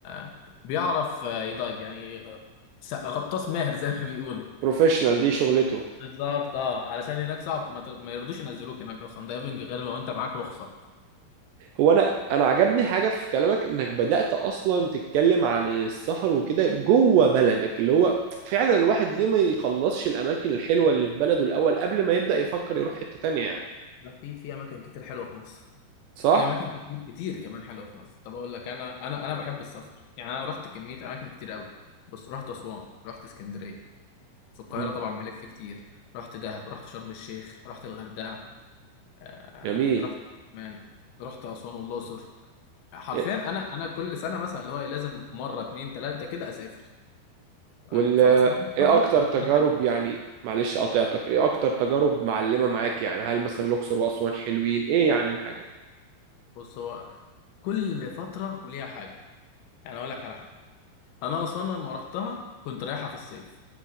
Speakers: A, on the left; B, on the right.
A: آه، بيعرف آه، يدايف يعني آه، س- غطاس ماهر زي ما بيقولوا
B: بروفيشنال دي شغلته
A: بالظبط اه علشان هناك صعب ما, ت... ما يرضوش ينزلوك هناك اصلا دايفنج غير لو انت معاك رخصه
B: هو انا انا عجبني حاجه في كلامك انك بدات اصلا تتكلم عن السفر وكده جوه بلدك اللي هو فعلا الواحد ليه ما يخلصش الاماكن الحلوه اللي في بلده الاول قبل ما يبدا يفكر يروح حته تانية يعني
A: لا، في في اماكن كتير حلوه في مصر
B: صح
A: في اماكن كتير كتير كمان حلوه في مصر طب اقول لك انا انا انا بحب السفر يعني انا رحت كميه اماكن كتير قوي بص رحت اسوان رحت اسكندريه في القاهره
B: مم.
A: طبعا بلف كتير رحت دهب رحت شرم الشيخ رحت الغردقه آه...
B: جميل
A: رحت مان رحت اسوان والاقصر حرفيا
B: إيه-
A: انا انا كل سنه مثلا اللي هو إيه، لازم مره اتنين تلاته كده اسافر تمام؟
B: وال
A: فاسوان
B: ايه
A: برضه
B: اكتر
A: الدنيا
B: تجارب
A: حلوه
B: يعني معلش قاطعتك ايه اكتر تجارب معلمه معاك يعني هل مثلا الاقصر واسوان حلوين ايه يعني الحاجه
A: بص هو كل فترة وليها حاجة يعني أقول لك على حاجة أنا أسوان لما رحتها كنت رايحة في الصيف